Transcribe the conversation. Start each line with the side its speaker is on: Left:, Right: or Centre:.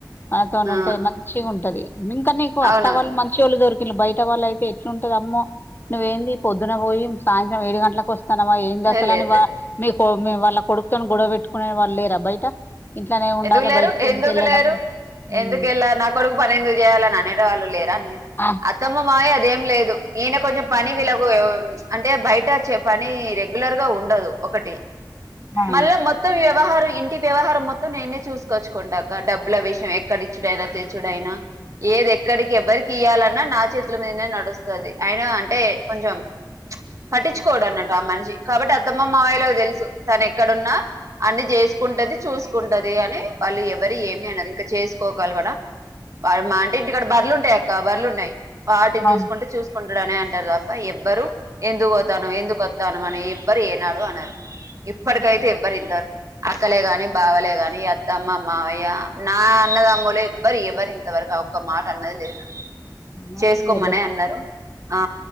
Left: మనతోని
Right: ఆ,
Left: ఉంటే మంచి మంచిగా ఉంటంది ఇంకా నీ
Right: అవునవును
Left: అత్త వాళ్ళు మంచి వాళ్ళు దొరుకు లు బయట వాళ్ళ అయితే ఎట్లుంటద అమ్మో నువ్వ ఏంది పొద్దున పోయి సాయంత్రం ఏడు గంటలకు వస్ స్తనవా ఏంటి అసలు
Right: ఏ లేదు
Left: అని వా మీకు వాళ్ళ కొడుకు తోని గొడవ పెట్టుకునే వాళ్ళు లేరా బయట ఇంట్లోనే ఉండాలా
Right: ఎందుకు లేరు
Left: బయటికి
Right: ఎందుకు
Left: వెళ్ళడం
Right: లేరు
Left: అని ఉమ్
Right: ఎందుకెళ్ళ నా కొడుకు పని ఎందుకు చేయాలని అనేట వాళ్ళు లేరా అత్
Left: ఆ
Right: అత్తమ మామయ అదేం లేదు ఈయనే కొంచెం పని వీలగు ఏ అంటే బయట వచ్చే పని రెగ్యులర్ గా ఉండదు ఒకటి
Left: ఆ ఆ,
Right: మళ్ళా మొత్తం వ్యవహారం ఇంటి వ్యవహారం మొత్ తో నేనే చూసుకోచ్చుకుంటాక డబ్బుల విషయం ఎక్కడ ఇచ్చుడైనా తెచ్చుడైనా ఏది ఎక్కడికి ఎవరికి ఇయ్యాలన్నా నా చేతుల మీదనే నడుస్తది అయినా అంటే కొంచెం పట్టించుకోడు అన్నట్టు ఆ మనిషి కాబట్టి అత్తమ్మ మావయలకు తెలుసు తను ఎక్కడున్నా అన్ని చేసుకుంటది చూసుకుంటది అని వాళ్ళు ఎవరి ఏమి అనరు ఇంకా చేసుకోకలపన వా మా అంటే ఇంటి కాడ బర్లు ఉంటాయి అక్క బర్రెలు ఉన్నాయి వాటిని
Left: అవును
Right: చూసుకుంటే చూస్ కుంటాడునే అంటారు తప్ప ఎవ్వరు ఎందుకు పోతాను ఎందుకుక వస్తాను అని ఎవ్వరు ఏనాడు అనరు ఇప్పటికైతే
Left: మంచివాళ్ళే
Right: ఎవ్వరు ఇద్దారు అక్కలే గాని బావలే కాని అత్తమ్మ మామయ్య నా అన్నదామ్ములు ఎవ్వరు ఎవరు ఇంతవరకు ఒక్క మాట అన్నది లేదు
Left: మంచిదేలే
Right: చేసుకోమనే అన్నారు ఆ